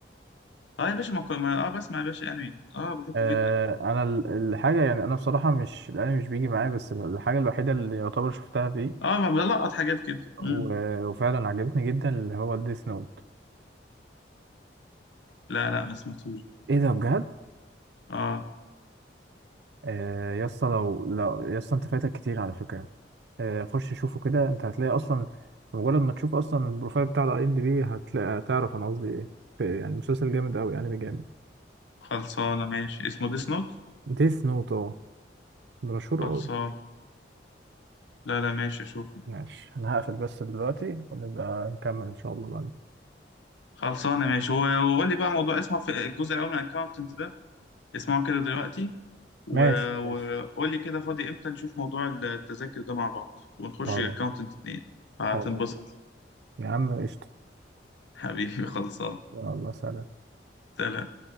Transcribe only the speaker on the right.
أه
انا ال- الحاجه يعني انا بصراحه مش الانمي مش بيجي معايا بس الحاجه الوحيده اللي يعتبر شفتها فيه
و-
وفعلا عجبتني جدا اللي هو ديث نوت
ايه ده بجد
آه يا اسطى لو لو يا اسطى انت فايتك كتير على فكره آه خش شوفه كده انت هتلاقي اصلا مجرد ما تشوف اصلا البروفايل بتاع الاي ام دي بي هتلاقي تعرف انا قصدي ايه في يعني مسلسل جامد قوي انمي جامد
ديث نوت اه ده مشهور
قوي
ماشي انا هقفل بس دلوقتي ونبقى نكمل ان شاء الله بعدين
ماشي
ماشي
خلاص
خلاص يا عم قشطه
يلا سلام